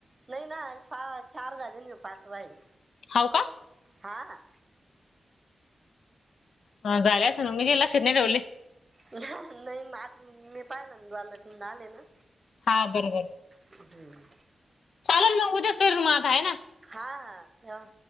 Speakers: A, on the right; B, on the left.
A: नाही ना पा चार झाले आणि हो पाचवा आहे.
B: हाव
A: हा हा.
B: हा झाले असेल मी काही लक्षात नाही ठेवले.
A: न्हा नाही मी आता मी पाहिलं ना दोनदा तीनदा आले ना.
B: हा बरोबर,
A: हम्म.
B: चालेल मग उद्याच करीन मग आता आहे ना.
A: हा ठेव.